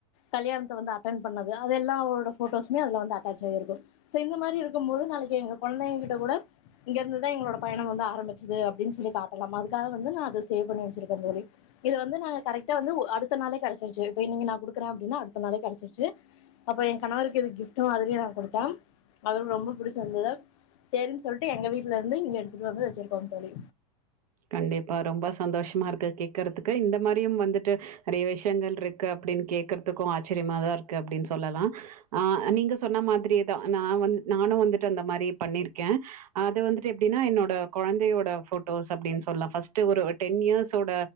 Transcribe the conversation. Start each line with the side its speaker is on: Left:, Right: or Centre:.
Left: கல்யாணத்த வந்து அட்டென் பண்ணது அது எல்லாவோட ஃபோட்டோஸ்மே அதுல வந்து அட்டாச் ஆயிருக்கு சோ இந்த மாரி இருக்கும்போது நாளெக்கி எங்க கொழந்தைங்ககிட்ட கூட இங்கிருந்துதா எங்களோட பயணம் வந்து ஆரம்பிச்சுது அப்டின்னு சொல்லி காட்டலா அதுக்காக வந்து நா அத சேவ் பண்ணி வெச்சுருக்கே தோலி இது வந்து நாங்க கரெக்ட் டா வந்து அடுத்த நாளே கெடச்சுருச்சு இப்ப இன்னிக்கு நா குடுக்குறே அப்டின்னா அடுத்த நாளே கெடச்சுருச்சு அப்ப என் கணவருக்கு இது கிஃப்டு மாதிரி நா குடுத்தே அவருக்கு ரொம்ப புடிச்சிருந்துது சேரின்னு சொல்லிட்டு எங்க வீட்டுல இருந்து இங்க எடுத்துட்டு வந்து வெச்சிருக்கோ தோழி
Right: கண்டிப்பா ரொம்ப சந்தோஷமாயிருக்கு கேக்குறதுக்கு இந்த மாரியோ வந்துட்டு நெறைய விஷயங்கள்ருக்கு அப்டின்னு கேக்குறதுக்கோ ஆச்சரியமாதாயிருக்கு அப்டின்னு சொல்லலா ஆ நீங்க சொன்ன மாதிரியேதா நா வந்து நானோ வந்துட்டு அந்த மாரி பண்ணிருக்கே அது வந்துட்டு எப்டின்னா என்னோட கொழந்தையோட ஃபோட்டோஸ் அப்டின்னு சொல்லலா ஃபஸ்ட் ஒரு டென் இயர்ஸ் ஓட